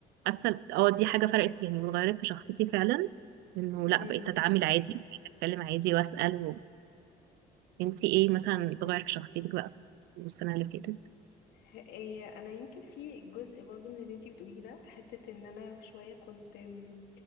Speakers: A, on the right; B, on the left.
A: حاسه اه دي حاجه فرقت يعني وغيرت في شخصيتي فعلا انه لا
B: امم
A: بقيت اتعامل عادي بقيت اتكلم عادي واسال و... انت ايه مثلا اتغير في شخصيتك بقى من السنه اللي فاتت
B: إيه انا يمكن في جزء برضو من اللي انتي بتقوليه ده حته ان انا شويه كنت أم،